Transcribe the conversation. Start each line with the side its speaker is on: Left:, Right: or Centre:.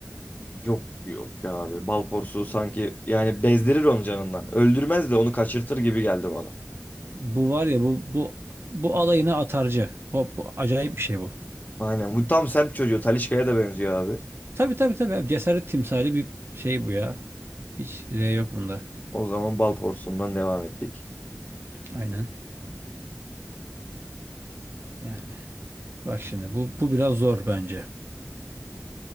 Left: Yok yok ya abi. Bal porsuğu sanki yani bezdirir onu canından. Öldürmez de onu kaçırtır gibi geldi bana.
Right: Bu var ya bu bu bu alayına atarcı. Bu, bu acayip bir şey bu.
Left: Aynen. Bu tam semt çocuğu. Talişka'ya da benziyor abi.
Right: Tabii tabii tabii abi. Cesaret timsali bir şey bu ya. Hiç R yok bunda.
Left: O zaman bal porsuğundan devam ettik.
Right: Aynen yani. Bak şimdi bu bu biraz zor bence.